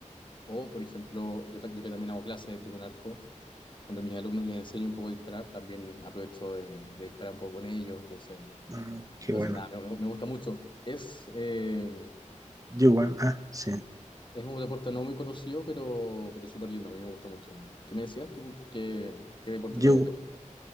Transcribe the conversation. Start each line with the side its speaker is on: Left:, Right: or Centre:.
Left: O, por ejemplo, yo, ta- yo que también hago clases de tiro con arco, cuando a mis alumnos les enseño un poco a disparar, también aprovecho de, de disparar un poco con ellos. Entonces,
Right: Ah, qué
Left: entonces
Right: bueno.
Left: nada, me, me gusta mucho. Es, eh,
Right: Yo, igual, ah, sí.
Left: Es un deporte no muy conocido, pero, pero súper lindo. A mí me gusta mucho. ¿Qué me decías tú? ¿Qué, qué deporte
Right: Yo,
Left: te, te gusta?